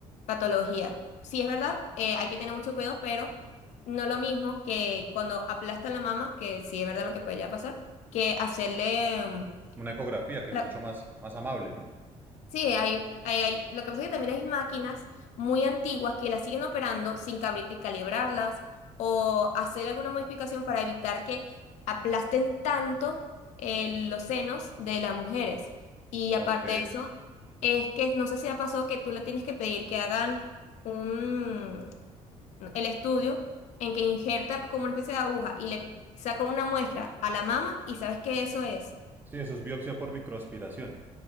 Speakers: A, on the left; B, on the right.
A: patología. Sí, es verdad, eh, hay que tener mucho cuidado, pero no lo mismo que cuando aplastan la mama, que sí es verdad lo que puede llegar a pasar, que hacerle... mm,
B: Una ecografía que
A: la-
B: es mucho más, más amable, ¿no?
A: Sí, hay, hay, hay- lo que pasa es que también hay máquinas muy antiguas que las siguen operando sin cabri- calibrarlas o hacer alguna modificación para evitar que aplasten tanto eh, los senos de las mujeres. Y aparte
B: Ok.
A: de eso, es que no sé si ha pasado que tú le tienes que pedir que hagan... un, el estudio en que injertan como una especie de aguja y le sacan una muestra a la mama y sabes que eso es.
B: Sí, eso es biopsia por microaspiración.